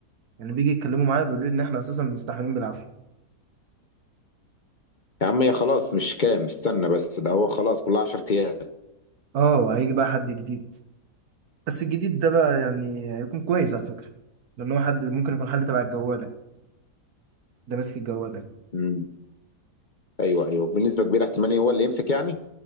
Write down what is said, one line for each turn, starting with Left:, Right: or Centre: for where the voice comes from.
Right: يعني بيجي يتكلموا معايا بيقولوا لي ان احنا اساسا مستحملين بالعافيه
Left: يا عم هي خلاص مش كام استنى بس ده هو خلاص كلها 10 أيام
Right: اه وهيجي بقى حد جديد بس الجديد ده بقى يعني هيكون كويس على فكره لان هو حد ممكن يكون حل تبع الجواله ده ماسك الجواله
Left: امم ايوه ايوه بنسبه كبيره احتمال هو اللي يمسك يعني